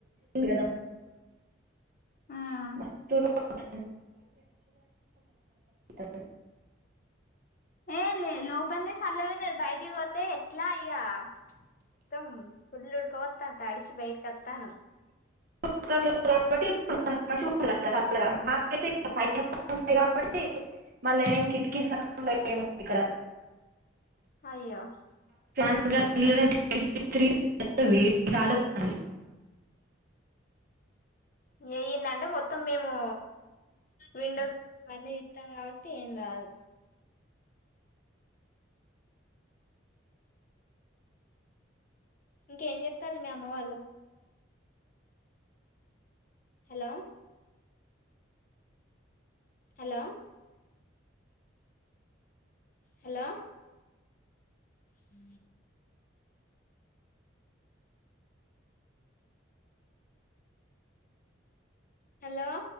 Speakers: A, on the right; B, on the left.
A: కదా
B: ఆ
A: మస్తు ఉడక <inaudible>
B: ఏ లే లోపం నే సల్లగున్నది బయటికి పోతే ఎట్లా ఇగ మొత్తం ఫుల్ ఉడక పోతాది తడిస బయటికి వస్తానాం
A: మూడో ఫ్లోర్ కాబట్టి ఇప్పుడు మంచిగుంటది చల్లగా మాకైతే పైన <inaudible> కాబట్టి మల్ల ఏం కిటికీలు సక్కగా ఉండవు ఏం ఇక్కడ
B: అయ్యో
A: ఇంకా ఇళ్లనే తిరిగి తిరిగి వేడి గాలి వత్త అది
B: హు ఇనంటే మొత్తం మేము విండోస్ అవన్నీ తీతాము కాబట్టి ఏం రాదు ఇంకేం చెస్తాలు మీ అమ్మ వాళ్ళు హలో హలో హలో హు <inaudible> హలో